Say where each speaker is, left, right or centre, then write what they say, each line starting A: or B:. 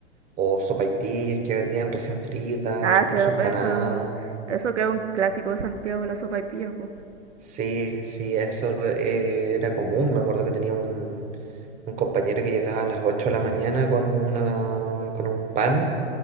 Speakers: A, on the right; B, on the right.
A: o sopaipillas que vendían recién fritas,
B: Ah,
A: incluso
B: sí,
A: empanadas.
B: pues eso, eso creo un clásico de Santiago, la sopa y pues.
A: Sí, sí, eso eh, era común. Me acuerdo que tenía un, un compañero que llegaba a las 8 de la mañana con una, con un pan,